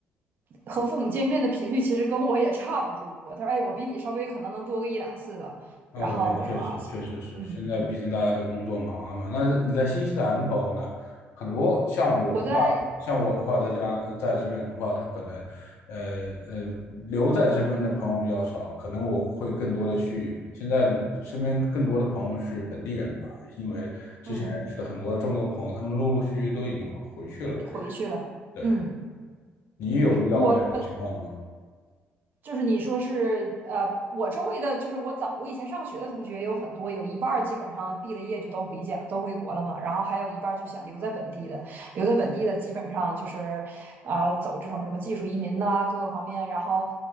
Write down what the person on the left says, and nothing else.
？OK，确实确实是，
现在毕竟大家都工作忙了嘛。那你在新西兰的朋友呢？很多像我的话，
像我的话，在家呃在这边的话，
他可能呃呃留在这边的朋友比较少，可能我会更多的去现在身边更多的朋友是本地人吧，因为之前认识的很多中国朋友，
他们陆陆续续都已经回回去了。
对。你有遇到过这样的情况吗？